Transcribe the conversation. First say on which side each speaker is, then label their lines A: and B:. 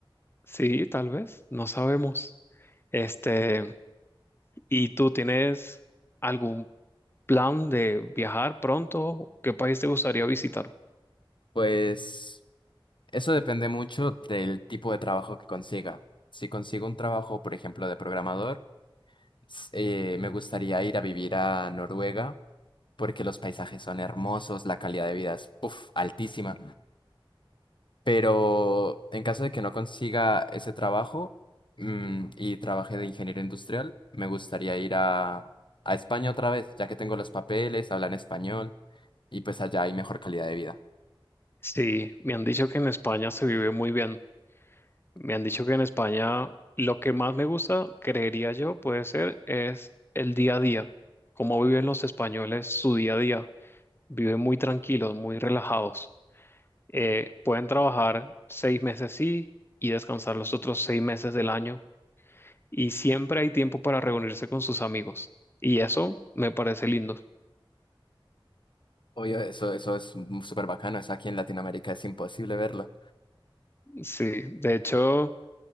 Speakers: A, on the left; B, on the left.
A: Sí, tal vez, no sabemos. Este, ¿y tú tienes algún plan de viajar pronto? ¿Qué país te gustaría visitar?
B: Pues. Eso depende mucho del tipo de trabajo que consiga. Si consigo un trabajo, por ejemplo, de programador, s- eh, me gustaría ir a vivir a Noruega porque los paisajes son hermosos, la calidad de vida es puf, altísima. Pero en caso de que no consiga ese trabajo mm, y trabaje de ingeniero industrial, me gustaría ir a, a España otra vez, ya que tengo los papeles, hablan español y pues allá hay mejor calidad de vida.
A: Sí, me han dicho que en España se vive muy bien. Me han dicho que en España lo que más me gusta, creería yo, puede ser, es el día a día. Cómo viven los españoles su día a día. Viven muy tranquilos, muy relajados. Eh, pueden trabajar seis meses sí y descansar los otros seis meses del año y siempre hay tiempo para reunirse con sus amigos. Y eso me parece lindo.
B: Oye, eso, eso es m- súper bacano, eso aquí en Latinoamérica es imposible verlo.
A: Sí, de hecho,